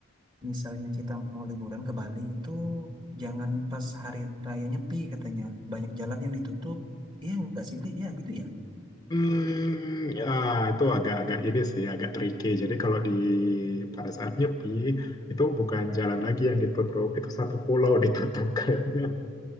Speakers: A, on the right; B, on the left.
A: misalnya kita mau liburan ke Bali itu jangan pas hari raya Nyepi katanya. Banyak jalan yang ditutup. Iya nggak sih Bli? Iya gitu ya.
B: Hmm, ya itu agak-agak ini sih agak tricky. Jadi kalau di pada saat nyepi itu bukan jalan lagi yang ditutup, itu satu pulau <laughs> ditutup kayaknya.